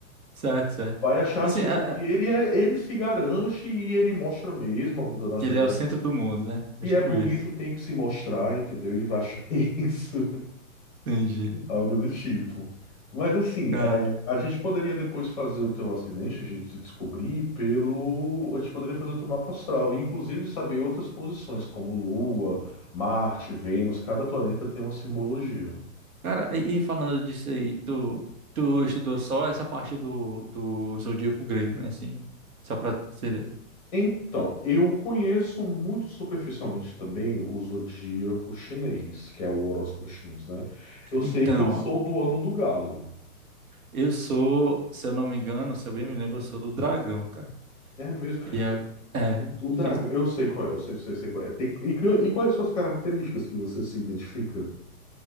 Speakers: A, on the right; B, on the left.
A: certo, certo.
B: Vai achar,
A: Assim,
B: tipo,
A: a-
B: que ele é, ele se garante e ele mostra mesmo a bunda na
A: Que
B: janela.
A: ele é o centro do mundo, né? É
B: E
A: tipo
B: é bonito,
A: isso.
B: tem que se mostrar, entendeu? Ele vai achar <laughs> isso,
A: Entendi.
B: algo do tipo. Mas assim,
A: Cara,
B: é, a gente poderia depois fazer o teu acidente, a gente descobrir pelo. A gente poderia fazer o teu mapa astral, e, inclusive saber outras posições, como Lua, Marte, Vênus, cada planeta tem uma simbologia.
A: cara, e, e falando disso aí, tu, tu estudou só essa parte do, do zodíaco grego, né? Assim, só pra ser.
B: Então, eu conheço muito superficialmente também o zodíaco chinês, que é o horóscopo chinês, né? Eu sei
A: Então,
B: que eu sou do ano do galo.
A: eu sou, se eu não me engano, se eu bem me lembro, eu sou do dragão, cara.
B: É mesmo.
A: E é, é,
B: O, o
A: e
B: dragão, eu sei qual é, eu sei, sei, sei qual é. Tem- e, que- e quais são as características que você se identifica?